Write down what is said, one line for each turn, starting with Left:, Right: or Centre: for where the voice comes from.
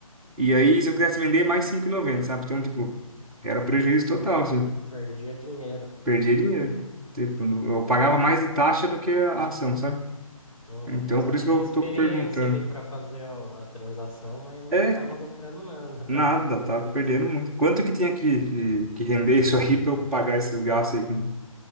Centre: e aí se eu quisesse vender mais cinco e noventa, sabe? Então, tipo, era
Left: Aham.
Centre: prejuízo total, assim.
Left: Perdia dinheiro.
Centre: Perdia dinheiro. Tipo, no- eu pagava
Left: <laughs>
Centre: mais de taxa do que a ação, sabe?
Left: Uhum.
Centre: Então,
Left: Só
Centre: por
Left: tinha
Centre: isso que eu
Left: experiência
Centre: tô perguntando.
Left: ali para fazer o- a transação, mas não
Centre: É,
Left: estava lucrando nada, <laughs> estava
Centre: Nada,
Left: no prejuízo.
Centre: tá perdendo muito. Quanto que tinha que, que, que render isso aí para eu pagar esses gastos aí com,